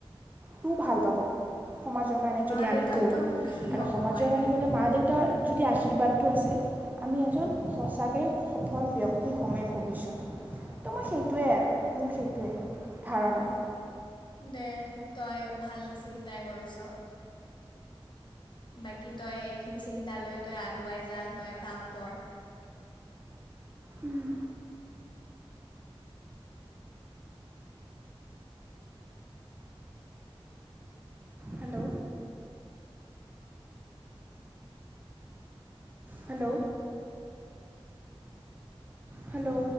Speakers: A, on the right; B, on the left.
A: তু ভাল পাব। সমাজৰ
B: উম,
A: কাৰণে
B: মা
A: যদি
B: দেউতাহঁতেও
A: আমি কৰোঁ,
B: সুখী
A: আৰু
B: হ'ব
A: সমাজৰ
B: হয়
A: কাৰণে
B: সেইখিনি
A: কৰিলে মা দেউতাৰ যদি আশীৰ্বাদটো আছে, আমি এজন
B: উম,
A: সঁচাকে সফল ব্যক্তি হমেই ভৱিষ্যতে, ত মই
B: উম,
A: সেইটোৱে আৰু মোৰ সেইটোৱেই। ধাৰণা
B: অঁ দে তই ভাল চিন্তাই কৰিছ। বাকী তই এইখিনি চিন্তা লৈ তই আগুৱাই যা তই কাম কৰ।
A: উম। হেল্ল। হেল্ল। হেল্ল।